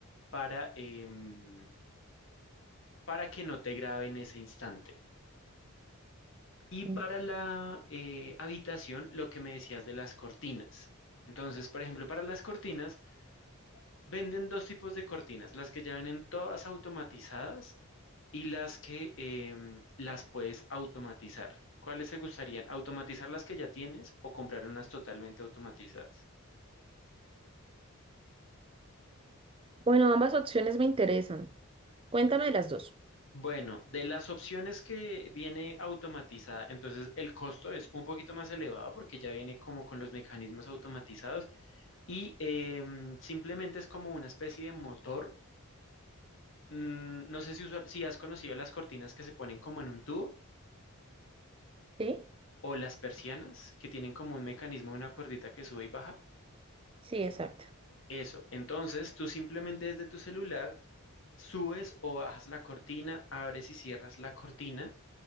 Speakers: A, on the left; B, on the right.
A: para, em, para que no te grabe en ese instante. Y para
B: Mm,
A: la eh, habitación, lo que me decías de las cortinas. Entonces, por ejemplo, para las cortinas, venden dos tipos de cortinas, las que ya vienen todas automatizadas y las que em, las puedes automatizar. ¿Cuáles te gustarían? ¿Automatizar las que ya tienes o comprar unas totalmente automatizadas?
B: Bueno, ambas opciones me interesan. Cuéntame de las dos.
A: Bueno, de las opciones que viene automatizada, entonces el costo es un poquito más elevado porque ya viene como con los mecanismos automatizados y em, simplemente es como una especie de motor. Mm, no sé si, usual- si has conocido las cortinas que se ponen como en un tubo
B: ¿Sí?
A: o las persianas que tienen como un mecanismo, una cuerdita que sube y baja.
B: Sí, exacto.
A: Eso, entonces tú simplemente desde tu celular subes o bajas la cortina, abres y cierras la cortina